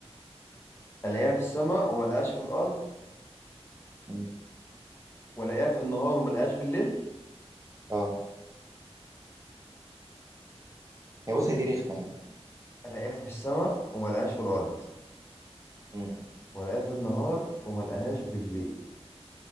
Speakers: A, on the left; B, on the right.
A: الاقيها في السماء وما الاقيهاش في الارض
B: مم.
A: والاقيها في النهار وما الاقيهاش بالليل
B: اه هي بص هي دي رخمة يعني.
A: الاقيها في السماء وما الاقيهاش في الارض
B: مم.
A: والاقيها في النهار وما الاقيهاش بالليل